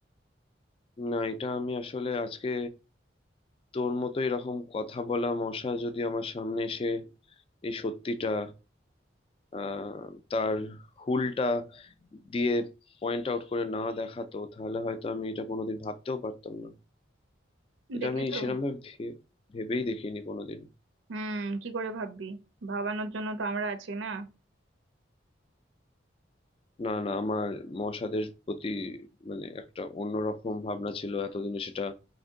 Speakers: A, on the left (about 30°); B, on the right (about 90°).
A: না এটা আমি আসলে আজকে তোর মতো এরকম কথা বলা মশা যদি আমার সামনে এসে এই সত্যিটা আহ, তার হুলটা দিয়ে পয়েন্ট আউট করে না দেখাতো তাহলে হয়তো আমি এটা কোনোদিন ভাবতেও পারতাম না এটা
B: দেখলি
A: আমি
B: তো
A: সেরকম ভাবে ভে- ভেবেই দেখিনি কোনোদিন
B: হুম কি করে ভাববি ভাবানোর জন্য তো আমরা আছি না
A: না না আমার মহাসাদের প্রতি মানে একটা অন্যরকম ভাবনা ছিল এতদিনে সেটা